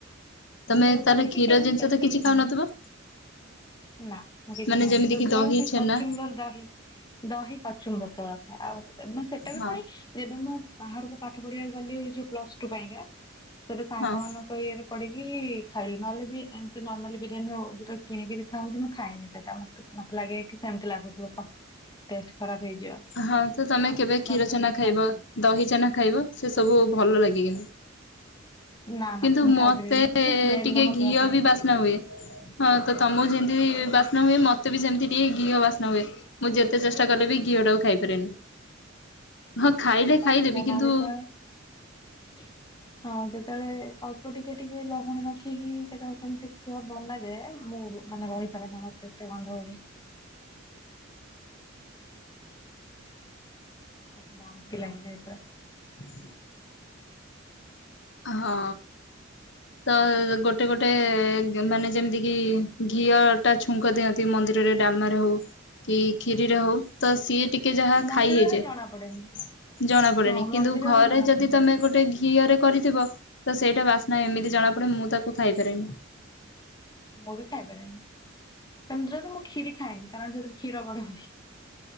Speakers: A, on the left; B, on the left.
A: ତମେ
B: ମୁଁ କେବେ
A: ତାହାଲେ
B: କରିନି
A: କ୍ଷୀର
B: କି କେବେ ମୁଁ
A: ଜିନିଷ
B: ଚେଷ୍ଟା
A: ତ କିଛି
B: ବି କରିନି
A: ଖାଉନଥିବ?
B: ନା ମୁଁ କିଛି
A: ମାନେ
B: ଖାଏନି
A: ଯେମିତି
B: କେବଳ
A: କିି ଦହି
B: ସେ
A: ଛେନା
B: କଚୁମ୍ବର ଦହି ଦହି କଚୁମ୍ବର କେବଳ ଖାଏ ଆଉ ମୁ ସେଟା
A: ହଁ।
B: ବି ପୁଣି ଯେବେ ମୁଁ ବାହାରକୁ ପାଠ ପଢିବାକୁ ଗଲି ଯୋଉ ପ୍ଲସ ଟୁ ପାଇଁକା ସେବେ ସାଙ୍ଗମାନଙ୍କ
A: ହଁ
B: ଇଏରେ ପଡିକି ଖାଇଲି ନହେଲେ ବି ଏମିତି ନର୍ମାଲି ବିରିୟାନୀ ହଉ ଯେତେବେଳେ କିଣିକି ବି ଖାଆନ୍ତି ମୁଁ ଖାଏନି ସେଟା ମତେ ମତେ ଲାଗେ କି ସେମିତି ଲାଗୁଥିବ କ ଟେଷ୍ଟ ଖରାପ ହେଇଯିବ।
A: ହଁ ତ ତମେ
B: ଆଉ
A: କେବେ
B: ସେମିତି
A: କ୍ଷୀରଛେନା
B: ନହେଲେ ମୁଁ କିଛି
A: ଖାଇବ
B: ଖାଏନି
A: ଦହିଛେନା ଖାଇବ ସେ ସବୁ ଭଲ ଲାଗେ କିିନ୍ତୁ।
B: ନା ନା
A: କିନ୍ତୁ
B: ମୁଁ ଖାଇପାରିବିନି
A: ମତେ
B: ମୁଁ ସେ ସ୍ମେଲରେ
A: ଟିକେ
B: ମୋ
A: ଘିଅ
B: ଦେହ କଣ
A: ବି ବାସ୍ନା ହୁଏ। ହଁ ତ ତମକୁ ଯେମିତି ବାସ୍ନା ହୁଏ ହଁ ମତେ ବି ସେମିତି ଟିକେ ଘିଅ ବାସ୍ନା ହୁଏ। ମୁଁ ଯେତେ ଚେଷ୍ଟା କଲେ ବି ଘିଅ ଟାକୁ ଖାଇପାରେନି। ହଁ ଖାଇଲେ
B: ସେଇଆପା
A: ଖାଇଦେବି
B: ମୋ
A: କିନ୍ତୁ
B: ମା ଯେତେବେଳେ ହଁ ଯେତେବେଳେ ଅଳ୍ପ ଟିକେ ଟିକେ ଲହୁଣୀ ରଖିକି କେତେବେଳେ ଏମିତି ଘିଅ ବନା ଯାଏ ମୁଁ ମାନେ ରହିପାରେନା ମତେ ଏତେ ଗନ୍ଧ ହୁଏ। ମତେ ବାନ୍ତି ଲାଗେ ପା।
A: <inaudible> ହଁ। ତ ଗୋଟେ ଗୋଟେ ମାନେ ଯେମିତି କି ଘିଅଟା ଛୁଙ୍କ ଦିଅନ୍ତି। ସେ ମନ୍ଦିରରେ ଡାଲମାରେ ହଉ କି କ୍ଷୀରିରେ
B: ହଁ
A: ହଉ
B: ହଁ
A: ତ ସିଏ ଟିକେ ଯାହା
B: ମନ୍ଦିରରେ
A: ଖାଇ ହେଇଯାଏ।
B: ଜଣା ପଡେନି
A: ଜଣା ପଡେନି
B: ହଁ
A: କିନ୍ତୁ
B: ମନ୍ଦିରରେ
A: ଘରେ
B: ଜଣା
A: ଯଦି
B: ପଡେନି।
A: ତମେ ଗୋଟେ ଘି ଘିଅରେ କରିଥିବ ତ ସେଇଟା ବାସ୍ନା ଏମିତି
B: ହଁ।
A: ଜଣା ପଡେ ମୁଁ ତାକୁ ଖାଇପାରେନି।
B: ମୁଁ ବି ଖାଇପାରେନି ସେମିତିରେ ତ ମୁଁ କ୍ଷୀରି ଖାଏନି କାରଣ ସେଥିରେ କ୍ଷୀର ପଡ଼େ ବୋଲି।